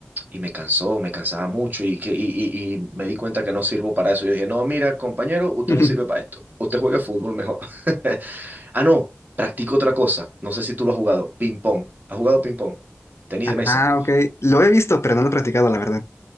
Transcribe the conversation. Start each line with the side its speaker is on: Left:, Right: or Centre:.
Right: y me cansó, me cansaba mucho y, que, y, y, y me di cuenta que no sirvo para eso. Yo dije, no, mira, compañero, usted
Left: <laughs>
Right: no sirve para esto. Usted juegue fútbol mejor. <laughs> Ah, no, practico otra cosa. No sé si tú lo has jugado. Ping pong. ¿Has jugado ping pong? Tenis
Left: Ah,
Right: de mesa.
Left: ok. Lo he visto, pero no lo he practicado, la verdad.